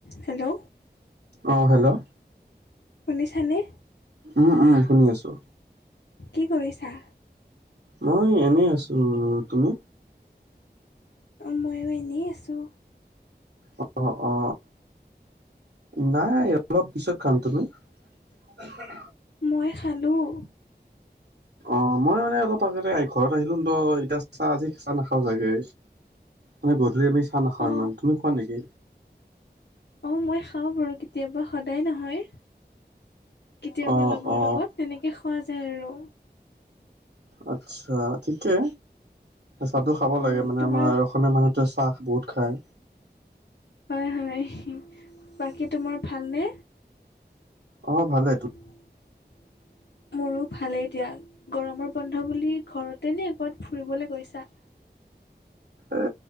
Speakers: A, on the left (about 80°); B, on the right (about 65°).
A: হেল্ল'
B: অঁ হেল্ল'
A: শুনিছা নে?
B: উম উম শুনি আছো।
A: কি কৰিছা?
B: মই এনেই আছো। তুমি?
A: অ ময়ো এনেই আছো।
B: অ অ অ নাই অলপ পিছত খাম। তুমি? <unintelligible>
A: মই খালোঁ।
B: অ মই মানে অলপ আগেতে ঘৰত আহিলো ত এতিা চাহ আজি চাহ নাখাও চাগে। মান গধূলি আমি চাহ নাখাও
A: অ
B: ইমান তুমি খোৱা নেকি?
A: অঁ মই খাওঁ বাৰু কেতিয়াবা সদায় নহয় কেতিয়াবা
B: অ
A: লগৰ
B: অ
A: লগত। তেনেকৈ খোৱা যায় আৰু।
B: আচ্ছা ঠিকে চাহটো খাব
A: অ
B: লাগে মানে
A: তোমাৰ
B: আমাৰ। অসমীয়া মানুহটে চাহ বহুত খায়।
A: হয় হয় বাকী তোমাৰ ভালনে?
B: অঁ ভালে।
A: <unintelligible> মোৰো ভালেই দিয়া গৰমৰ বন্ধ বুলি ঘৰতে নি ক'বাত ফুৰিবলৈ গৈছা?
B: এ